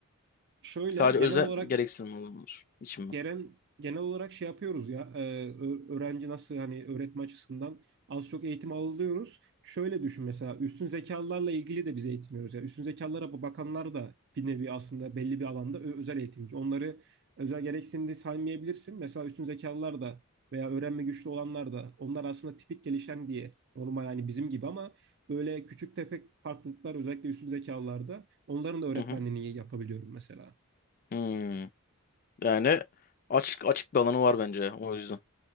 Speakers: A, on the right (about 50°); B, on the left (about 40°).
A: şöyle
B: Sadece
A: genel
B: özel
A: olarak
B: gereksinim olanlar için mi?
A: genel genel olarak şey yapıyoruz ya e, ö- öğrenci nasıl hani öğretme açısından az çok eğitim alıyoruz. Şöyle düşün mesela üstün zekalılarla ilgili de biz eğitim veriyoruz. Yani üstün zekalara bakanlar da bir nevi aslında belli bir alanda ö- özel eğitimci. Onları özel gereksinimde saymayabilirsin. Mesela üstün zekalılar da veya öğrenme güçlü olanlar da onlar aslında tipik gelişen diye normal hani bizim gibi ama böyle küçük tefek farklılıklar özellikle üstün zekalılarda onların da öğretmenliğini
B: Hı hı.
A: yapabiliyorum mesela.
B: Hmm. Yani açık açık bir alanı var bence o yüzden.